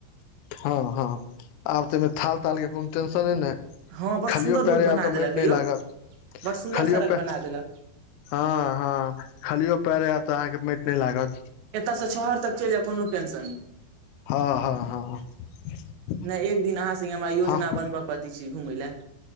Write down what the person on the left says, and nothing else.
हँ हँ आब तऽमे थाल ताल के कोनो टेंशन ने
खालियो
पेरे
आब तऽ
माट नहि
लागत
खालियो
प
हँ हँ खालियो पैर आयब तऽ अहाँके मैट नहि लागत
हँ हँ हँ
हँ